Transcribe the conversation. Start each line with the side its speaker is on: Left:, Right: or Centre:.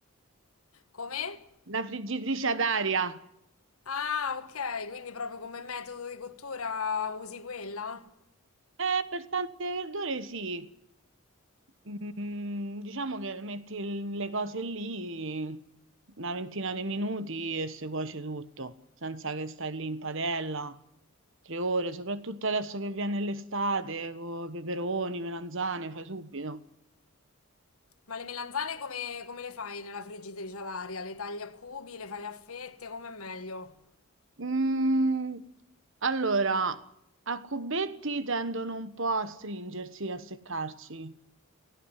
Left: Come?
Right: La friggitrice ad aria.
Left: Ah, ok, quindi proprio come metodo di cottura usi quella?
Right: Eh, per tante verdure sì. Mm, diciamo che metti il- le cose lì una ventina di minuti e si cuoce tutto, senza che stai lì in padella tre ore, soprattutto adesso che viene l'estate, con peperoni, melanzane, fai subito.
Left: Ma le melanzane come, come le fai nella friggitrice ad aria? Le tagli a cubi, le fai a fette, come è meglio?
Right: Mm, allora, a cubetti tendono un po' a stringersi, a seccarsi,